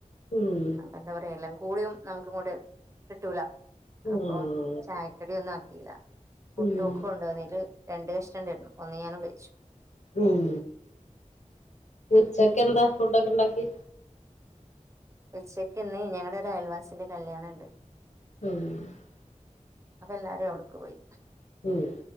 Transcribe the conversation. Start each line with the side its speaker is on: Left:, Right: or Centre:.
Left: ഉം
Right: അപ്പൊ എന്താ പറയാ എല്ലാം കൂടിയും നമുക്ക കൂടെ കിട്ടൂല
Left: ഉം
Right: അപ്പം ചായക്കടി ഒന്നും ആക്കില പുട്ടഒക്കെ
Left: ഉം
Right: കൊണ്ടോന്നല് രണ്ട് കഷ്ണം ഉണ്ടായിരുന്നു ഒന്ന് ഞാനും കഴിച്ചു
Left: ഉം ഉച്ചൊക്കെ എന്താ ഫുഡൊക്കെ ഉണ്ടാക്കി
Right: ഉച്ചക്ക് ഇന്നീ ഞങ്ങളടെ ഒരു അയൽവാസിന്റെ കല്യാണുണ്ട്
Left: <unintelligible>
Right: അപ്പൊ എല്ലാരും അവിടെക്ക് പോയി
Left: ഉം